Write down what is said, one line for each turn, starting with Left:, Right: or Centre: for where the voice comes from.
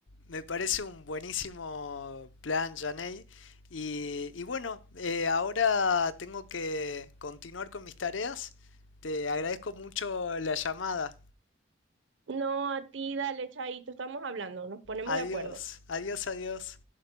Left: Me parece un buenísimo plan, Janey. Y, y bueno, eh, ahora tengo que continuar con mis tareas. Te agradezco mucho la llamada.
Right: No, a ti, dale, chaito, estamos hablando, nos ponemos
Left: Adiós,
Right: de acuerdo.
Left: adiós, adiós.